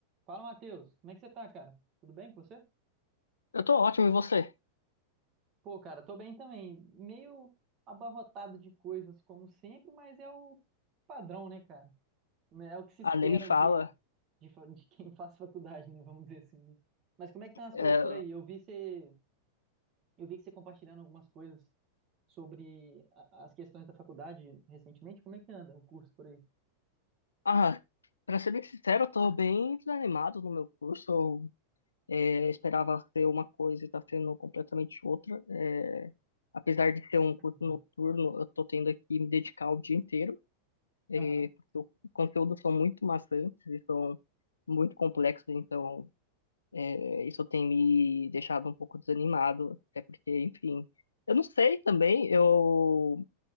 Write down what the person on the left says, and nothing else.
Eu tô ótimo, e você?
Ah,
nem me fala.
É,
Ah, pra ser bem sincero, eu tô bem desanimado no meu curso. Eu é, esperava ser uma coisa e tá sendo completamente outra. É, Apesar de ser um curso
noturno, eu tô tendo que me dedicar o dia inteiro. É,
Os conteúdos são muito maçantes e são muito complexos, então é, isso tem me deixado um pouco desanimado, até porque, enfim... Eu não sei também, eu